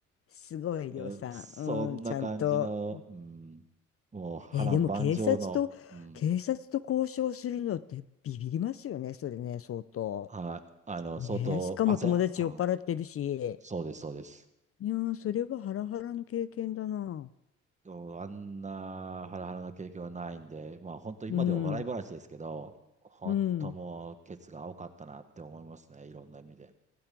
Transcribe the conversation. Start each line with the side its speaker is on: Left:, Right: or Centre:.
Left: すごい、
Right: そそんな感じの、
Left: りょうさん。うん、ちゃんと。
Right: うん、もう波乱万丈の、
Left: えーでも警察と、
Right: うん。
Left: 警察と交渉するのってビビりますよね、それね、相当。
Right: はい。あの、
Left: ねえ、
Right: 相当、
Left: しかも友達酔っ払ってるし。
Right: 汗、うん、そうです、そうです。
Left: いやー、それはハラハラの経験だな。
Right: そうあんなハラハラな経験はないんで、まあ本当今では笑い話ですけど、
Left: うん、
Right: 本当もうケツが青かったなって思いますね。
Left: うん。
Right: いろんな意味で。